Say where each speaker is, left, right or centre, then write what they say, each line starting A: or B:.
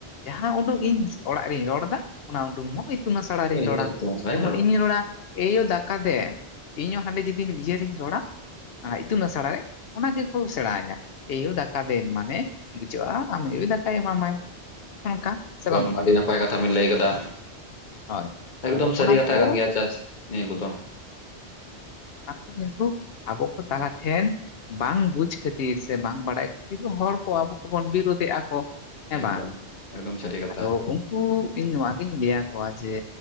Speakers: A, on the left; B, on the left.
A: ᱡᱟᱦᱟᱸ ᱩᱰᱩᱝ ᱤᱧ ᱚᱲᱟᱜ ᱨᱤᱧ ᱨᱚᱲ ᱮᱫᱟ ᱚᱱᱟ ᱩᱰᱩᱝ ᱦᱚᱸ ᱤᱛᱩᱱ ᱟᱥᱲᱟ ᱨᱤᱧ
B: ᱮᱭ
A: ᱨᱚᱲᱟ
B: ᱮᱛᱚ ᱥᱟᱭ
A: ᱡᱮᱢᱚᱱ ᱤᱧᱤᱧ ᱨᱚᱲᱟ ᱮᱭᱳ ᱫᱟᱠᱟ ᱫᱮᱱ᱾ ᱤᱧ ᱦᱚᱸ ᱦᱟᱸᱰᱮ ᱡᱩᱫᱤᱧ ᱤᱭᱟᱹ ᱨᱤᱧ ᱨᱚᱲᱟ ᱟᱻ ᱤᱛᱩᱱ ᱟᱥᱲᱟ ᱨᱮ ᱚᱱᱟᱜᱮ ᱥᱮᱬᱟ ᱟᱹᱧᱟ ᱮᱭᱩ ᱫᱟᱠᱟ ᱫᱮᱱ ᱢᱟᱱᱮ ᱵᱩᱡᱷᱟᱹ-ᱟ ᱟᱢ ᱟᱭᱳ ᱫᱟᱠᱟᱭ ᱮᱢᱟᱢᱟᱭ᱾ ᱚᱱᱠᱟ ᱥᱮ
B: ᱮᱠᱫᱚᱢ
A: ᱵᱟᱝ ᱜᱚᱝᱠᱮ
B: ᱟᱹᱰᱤ ᱱᱟᱯᱟᱭ ᱠᱟᱛᱷᱟ ᱵᱮᱱ ᱞᱟᱹᱭ ᱟᱠᱟᱫᱟ᱾
A: ᱦᱳᱭ ᱟᱫᱚ
B: ᱮᱠᱫᱚᱢ
A: ᱦᱚᱜᱼᱱᱟ
B: ᱥᱟᱹᱨᱤ ᱠᱟᱛᱷᱟ
A: ᱠᱚ
B: ᱠᱟᱱ ᱜᱮᱭᱟ ᱪᱟᱥ ᱱᱤᱭᱟᱹ ᱠᱚᱫᱚ᱾
A: ᱟᱠᱚ ᱠᱤᱱᱛᱩ ᱟᱵᱚ ᱠᱚ ᱛᱟᱞᱟ ᱴᱷᱮᱱ ᱵᱟᱝ ᱵᱩᱡᱽ ᱵᱩᱡᱽ ᱠᱷᱟᱹᱛᱤᱨ ᱥᱮ ᱵᱟᱝ ᱵᱟᱲᱟᱭ ᱠᱷᱟᱹᱛᱤᱨ ᱦᱚᱲ ᱠᱚ ᱟᱵᱚ ᱠᱚᱵᱚᱱ ᱵᱤᱨᱳᱫᱮᱜᱼᱟ ᱠᱚ᱾ ᱦᱮᱸ
B: ᱮᱠᱫᱚᱢ
A: ᱵᱟᱝ
B: ᱮᱠᱫᱚᱢ
A: ᱦᱮᱸ
B: ᱥᱟᱹᱨᱤ ᱠᱟᱛᱷᱟ
A: ᱟᱫᱚ ᱩᱱᱠᱩ ᱤᱧ ᱱᱚᱣᱟᱜᱤᱧ ᱞᱟᱹᱭᱟᱠᱚᱣᱟ ᱡᱮ